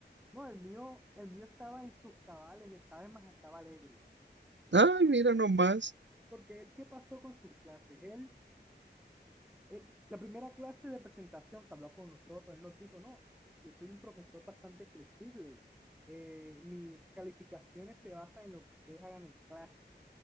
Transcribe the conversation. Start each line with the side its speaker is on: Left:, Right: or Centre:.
Centre: No, el mío, el mío estaba en sus cabales, estaba en más, estaba alegre.
Right: <laughs> Ay, mira nomás.
Centre: Porque él, ¿qué pasó con sus clases? Él él- la primera clase de presentación que habló con nosotros, él nos dijo, no, yo soy un profesor bastante flexible. eh, mis calificaciones se basan en lo que ustedes hagan en clase.